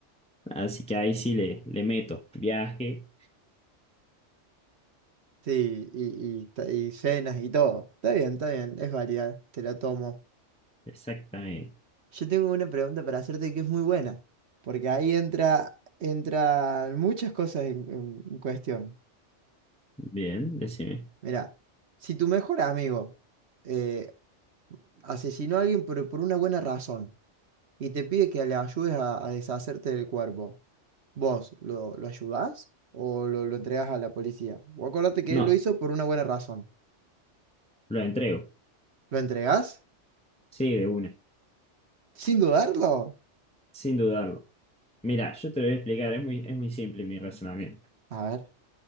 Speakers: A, in the centre; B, on the right.
A: Así que ahí sí le, le meto viaje,
B: sí, y, y, ta- y cenas y todo. Está bien, está bien, es válida, te la tomo.
A: exactamente.
B: Yo tengo una pregunta para hacerte que es muy buena, porque ahí entra, entran muchas cosas en, en- en cuestión.
A: Bien, decime.
B: Mira, si tu mejor amigo... eh, Asesinó a alguien pero por una buena razón y te pide que le ayudes a, a deshacerte del cuerpo. ¿Vos lo, lo ayudás o lo, lo entregás a la policía? Vos acordate que
A: No,
B: él lo hizo por una buena razón.
A: lo entrego.
B: ¿Lo entregás?
A: Sí, de una.
B: Sin dudarlo.
A: Sin dudarlo. Mira, yo te lo voy a explicar, es muy, es muy simple mi razonamiento.
B: A ver.